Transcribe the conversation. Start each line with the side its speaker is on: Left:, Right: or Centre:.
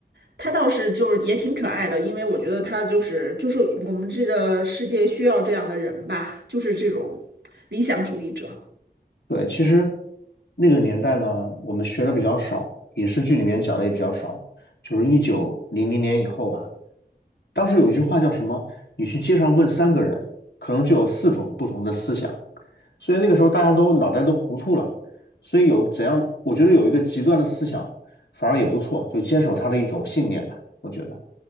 Right: 他倒是就是也挺可爱的，因为我觉得他就是就是我们这个世界需要这样的人吧，就是这种理想主义者。
Left: 对，其实那个年代呢，我们学的比较少，影视剧里面讲的也比较少，就是一九零零年以后吧。当时有一句话叫什么？你去街上问三个人，可能就有四种不同的思想。所以那个时候大家都脑袋都糊涂了，所以有怎样，我觉得有一个极端的思想反而也不错，就坚守他的一种信念吧，我觉得。